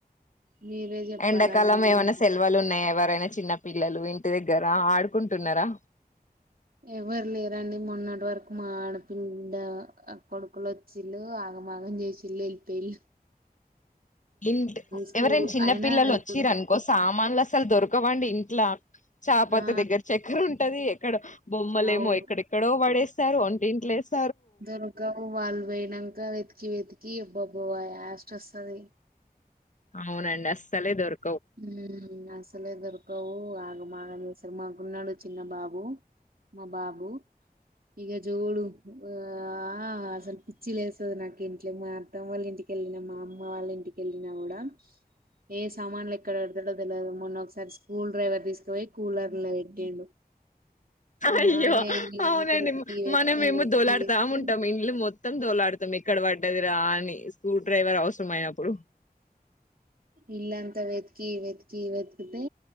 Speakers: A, on the right (about 65°); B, on the left (about 50°).
A: మీరే చెప్పాలండి
B: ఎండాకాలం ఏమైనా
A: ఇంకా
B: సెల్వలు ఉన్నాయా ఎవ ఎవరైనా చిన్న పిల్లలు ఇంటి దగ్గర ఆడుకుంటున్నారా
A: ఎవరు లేరండి మొన్నటి వరకు మా ఆడపిండ కొడుకులు వచ్చిలు మా మాగం జేసిల్లే పెల్
B: ఇంట్
A: స్కూల్
B: ఎవరైనా చిన్న
A: అయినా
B: పిల్లలు వచ్చిరనుకో
A: ఇప్పుడు
B: సామాన్ల అసలు దొరకవండి ఇంట్లో చాపత
A: ఆ
B: దగ్గర చక్కెర ఉంటది ఎక్కడ బొమ్మలేమో
A: అవును
B: ఎక్కడెక్కడో వడేస్తారు వంటింట్లోస్
A: దొరకము వాల్పోయినంకా ఎతికి వెతికి ఈ అబ్బా అబ్బాబ యాస్ట్ వస్తది
B: అవునండి అస్ సలే దొరకు
A: ఉ అసలే దొర్కవు మాగా చేసారు మా గున్నాడు చిన్న బాబు మా బాబు ఇగ జూడు ఆ ఆ అసలు పిచ్చి లేస్తది నాకు ఇంట్లో మా అత్తమ్మ వల్ల ఇంటికి ళ్ళిన మా అమ్మ వాళ్ళ ఇంటికెళ్ళిన కూడా ఏ సామాన్లు ఎక్కడ పెడతాడో తెలిదు మొన్న ఒకసారి స్కూల్ డ్రైవర్ తీసుకుపోయి కూలర్ లో పెట్టిండు మా
B: అయ్యో
A: మామయ్య ఇల్లంతా
B: అవునండి
A: వెతికి వెతికి
B: మన మేము
A: వెతికి
B: దోలాడుతాముంటాం
A: వెతికి
B: ఇండ్లు మొత్తం దోలాడు పతం ఎక్కడ పడ్డది రా అని స్క్రూ డ్రైవర్ అవసరం అయినప్పుడు
A: ఇళ్లంత వెతికి వెతకి వెతుకితే